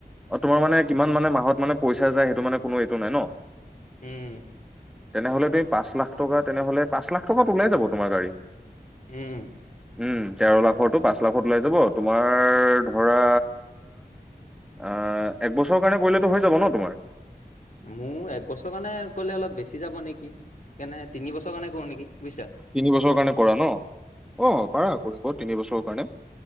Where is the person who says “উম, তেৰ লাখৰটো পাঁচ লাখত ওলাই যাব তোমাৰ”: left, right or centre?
Centre